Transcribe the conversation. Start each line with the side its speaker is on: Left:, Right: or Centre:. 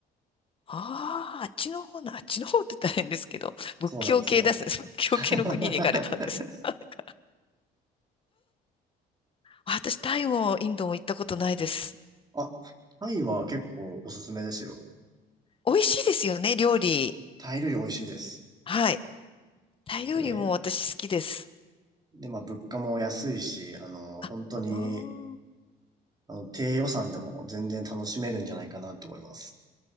Left: ああ、あっちの方なあっちの方って大変ですけど、仏教系です。
Right: そうなんですよ。
Left: <laughs> 仏教系の国に行かれたんです。
Right: <laughs>
Left: <laughs> 私、タイもインドも行ったことないです。
Right: あ、タイは結構おすすめですよ。
Left: 美味しいですよね、料理。
Right: タイ料理美味しいです。
Left: はい。タイ料理も私好きです。
Right: で、で、まあ物価も安いし、あの、
Left: あ、
Right: 本当に、
Left: あー
Right: あの、低予算でも全然楽しめるんじゃないかなと思います。